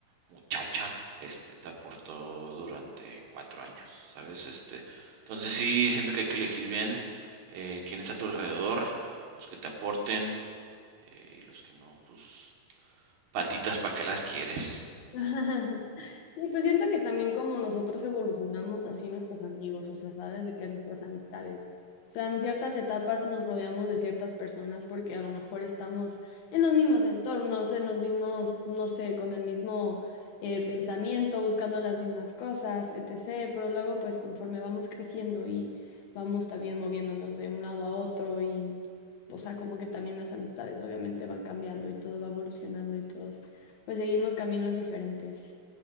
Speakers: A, on the right; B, on the left.
A: muchacha este, te aportó durante cuatro años, ¿sabes? Este, entonces sí, siento que hay que elegir bien eh, quién está a tu alrededor, los que te aporten eh, y los que no, pues patitas para que las quieres.
B: <laughs> Sí, pues siento que también como nosotros evolucionamos, así nuestros amigos, o sea, ¿sabes? De que nuestras amistades. O sea, en ciertas etapas nos rodeamos de ciertas personas porque a lo mejor estamos en los mismos entornos, en los mismos, no sé, con el mismo eh, pensamiento, buscando las mismas cosas, etc. Pero luego, pues conforme vamos creciendo y vamos también moviéndonos de un lado a otro y, o sea, como que también las amistades obviamente van cambiando y todo va evolucionando y todo pues seguimos caminos diferentes.